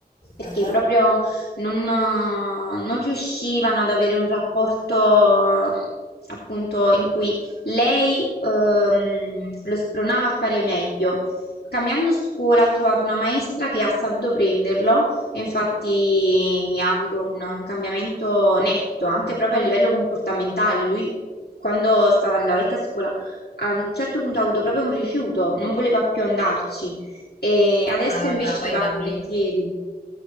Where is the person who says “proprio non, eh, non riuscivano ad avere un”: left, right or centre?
Left